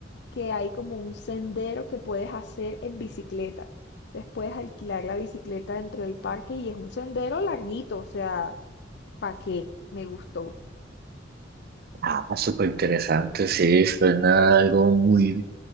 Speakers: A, on the left (about 60°); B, on the right (about 55°).
A: que hay como un sendero que puedes hacer en bicicleta. Después alquilar la bicicleta dentro del parque y es un sendero larguito, o sea, ¿para qué? Me gustó.
B: Ah, súper interesante, sí, suena algo muy,